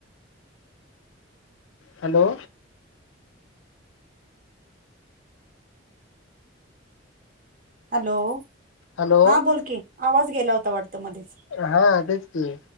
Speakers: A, on the left (about 85°); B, on the right (about 45°).
A: hello.
B: Hello
A: hello
B: हा बोलकी, आवाज गेला होता वाटत मध्येच.
A: हा तेच की,